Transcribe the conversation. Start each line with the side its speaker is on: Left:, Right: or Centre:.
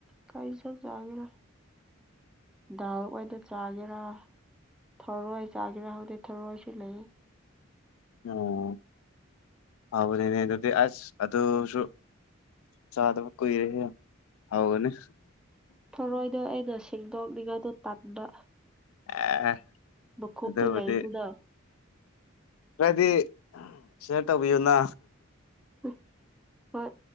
Centre: ꯀꯥꯏꯖꯥꯒꯦꯔ ꯗꯥꯜ ꯑꯣꯏꯗ ꯆꯥꯒꯦꯔꯥ ꯊꯧꯔꯣꯏ ꯆꯥꯒꯦꯔꯥ ꯍꯧꯗꯤ ꯊꯧꯔꯣꯏꯁꯨ ꯂꯩ
Left: ꯑꯣ ꯍꯕꯅꯦꯅꯦ ꯑꯗꯨꯗꯤ ꯑꯁ ꯑꯗꯨ ꯑꯗꯨꯁꯨ ꯆꯥꯗꯕ ꯀꯨꯏꯔꯦꯍꯦ ꯍꯥꯎꯒꯅꯤ
Centre: ꯊꯥꯔꯣꯏꯗꯣ ꯑꯩꯅ ꯁꯦꯡꯗꯣꯛꯅꯤꯡꯉꯥꯏꯗꯣ ꯇꯟꯕ
Left: ꯑꯦ
Centre: ꯃꯀꯨꯞꯇꯨ
Left: ꯑꯗꯨꯕꯨꯗꯤ
Centre: ꯂꯩꯗꯨꯅ
Left: ꯈꯔꯗꯤ ꯁꯦꯌꯔ ꯇꯧꯕꯤꯌꯨꯅ
Centre: ꯎ ꯍꯣꯏ